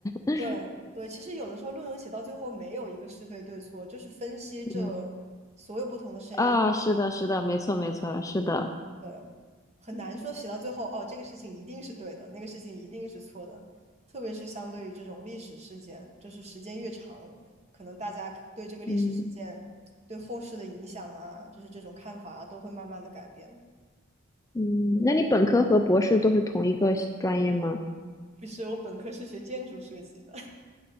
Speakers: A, on the left; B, on the right.
A: <laughs>
B: 对对，其实有的时候论文写到最后没有一个是非对错，就是分析这
A: 嗯
B: 所有不同的声音，
A: 啊，是的，是的，没错，没错，是的。
B: 对，很难说写到最后哦，这个事情一定是对的，那个事情一定是错的。特别是相对于这种历史事件，就是时间越长，可能大家对这个历史事件对后世的影响啊，
A: 嗯
B: 就是这种看法啊，都会慢慢的改变。
A: 嗯，那你本科和博士都是同一个系专业吗？
B: <laughs> 就是我本科是学建筑设计的，